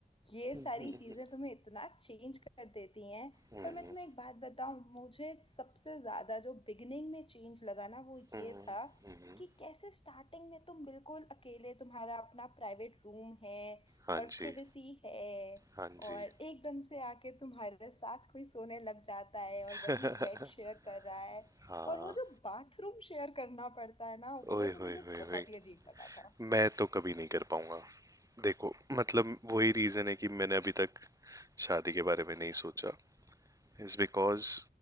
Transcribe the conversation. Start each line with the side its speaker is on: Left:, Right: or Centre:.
Left: ये सारी
Right: हम्म,
Left: चीजें तुम्हें इतना चेंज कर देती हैं
Right: हम्म,
Left: पर मैं तुम्हें एक बात बताऊं मुझे सबसे ज्यादा जो बिगिनिंग में चेंज लगा ना वो
Right: हम्म,
Left: ये था कि कैसे स्टार्टिंग में तुम बिल्कुल अकेले तुम्हारा अपना प्राइवेट रूम है
Right: हाँ
Left: और
Right: जी
Left: प्रिवेसी है
Right: हाँ जी
Left: और एकदम से आके तुम्हारे साथ कोई सोने लग जाता है
Right: <laughs>
Left: और वही बेड शेयर कर रहा है
Right: हाँ
Left: और वो जो बाथरूम शेयर करना पड़ता है ना वो
Right: ओए
Left: तो मुझे
Right: होए होए
Left: बहुत
Right: होए
Left: ही अजीब लगा था
Right: मैं तो कभी नहीं कर पाऊंगा देखो मतलब वही रीजन है कि मैंने अभी तक शादी के बारे में नहीं सोचा इज बिकॉज